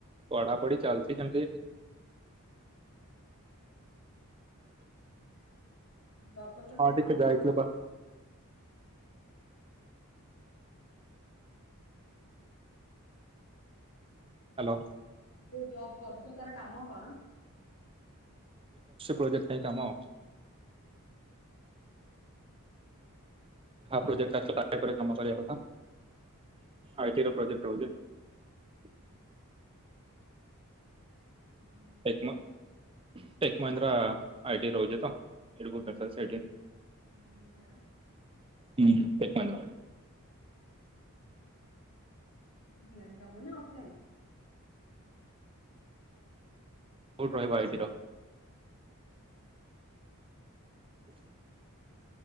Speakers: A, on the right (about 25°); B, on the left (about 60°).
A: ପଢ଼ାପଢ଼ି ଚାଲିଛି ସେମତି
B: ଜବ୍ କରୁଚ
A: ହଁ
B: ସେଠି
A: ଟିକେ
B: କାମ
A: ଯାଇଥିଲେ
B: କଣ
A: ବା ହ୍ୟାଲୋ
B: ମାନେ ଯୋଉ ଜବ୍ କରୁଚୁ ତାର କାମ କଣ
A: ପ୍ରୋଜେକ୍ଟ୍ ପାଇ କାମ
B: ହୁ
A: ପ୍ରୋଟ କାମ କରିବା କଥା ଆଇ ର ପ୍ରୋେକ୍ଟ ରହୁଛି ପୁ
B: ହୁଁ ତମ ଦେହ
A: ଟେକ୍
B: ଭଲ ଅଛି
A: ମ ଟେକ୍ ମହିନ୍ଦ୍ରା ଆଇଡ଼ି ରହୁଛି ତ ସେଇଟି ବହୁତ ସେପଶାଲ୍ ସାଇଡ଼୍
B: ମହିନ୍ଦ୍ରାର
A: ହୁଁ ଟେକ୍ ମହିନ୍ଦ୍ରା
B: ଅନଲାଇନ୍ କାମ ନା ଅଫଲାଇନ୍
A: କଉଠି ରହିବ ଆଇଟିର ହ